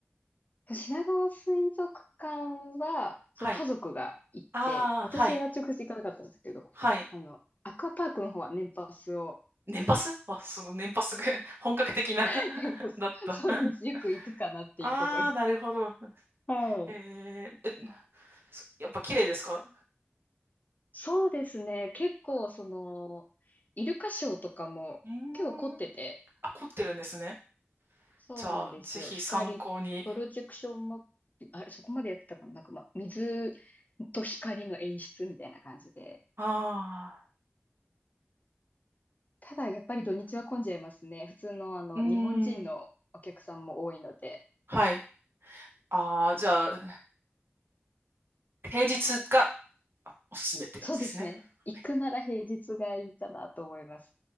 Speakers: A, on the left (about 40°); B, on the right (about 60°).
A: 品川水族館は、そう、
B: はい。
A: 家族が行って、
B: ああ、
A: 私は直接行かなかったんですけど、
B: はい。はい。
A: あの、アクアパークの方は年パスを、
B: 年パスあ、すごい、年パスが <laughs> 本格的な
A: <laughs> 年パス、
B: <laughs> だった。
A: そうなんです。
B: <laughs>
A: よく行くかなっていうことが。
B: ああ、なるほど。
A: はい
B: えー、え、そやっぱ綺麗ですか
A: そうですね。結構、その、イルカショーとかも結構凝ってて、
B: うーん。あ、凝ってるんですね。
A: そうなんですよ。
B: じゃあ、ぜひ参考に。
A: 光、プロジェクションも、あれ、そこまでやってたかな。なんか、まあ、水と光の演出みたいな感じで。
B: ああ、
A: ただ、やっぱり土日は混んじゃいますね。普通の、あの、
B: うー
A: 日本人のお客さんも多いので。
B: ん、はい。ああ、じゃあ、平日がおすすめって感じですね。
A: そうですね。行くなら平日がいいかなと思います。
B: はい